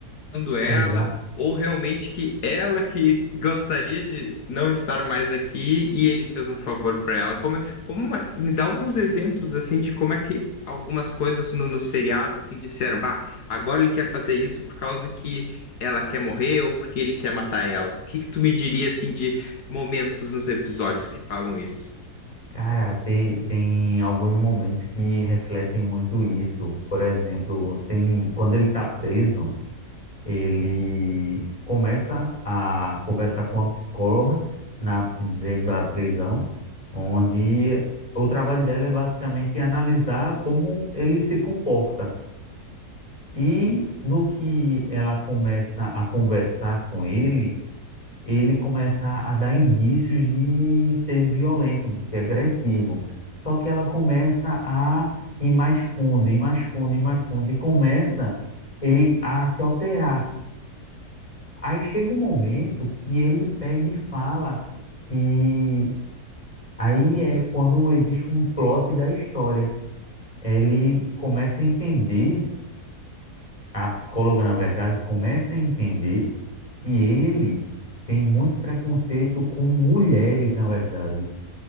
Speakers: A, on the left (about 75°); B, on the left (about 20°).
A: procurando ela,
B: Exa
A: ou realmente que ela que gostaria de não estar mais aqui e ele fez um favor para ela. Como, é- como é- me dá alguns exemplos assim de como é que algumas coisas no, no seriado assim disseram, bah, agora ele quer fazer isso por causa que ela quer morrer ou porque ele quer matar ela. O que que tu me diria assim de momentos nos episódios que falam isso?
B: Cara, tem, tem alguns momentos que refletem muito isso. Por exemplo, tem quando ele está preso. ele começa a conversar com uma psicóloga na, dentro da prisão, onde o trabalho dela é basicamente analisar como ele se comporta. E no que ela começa a conversar com ele, ele começa a dar indícios de ser violento, de ser agressivo. Só que ela começa a ir mais fundo, ir mais fundo, ir mais fundo, e começa ele a se alterar. Aí chega um momento que ele pega e fala que aí é quando existe um plot da história. Ele começa a entender, a psicóloga, na verdade, começa a entender que ele tem muito preconceito com mulheres, na verdade.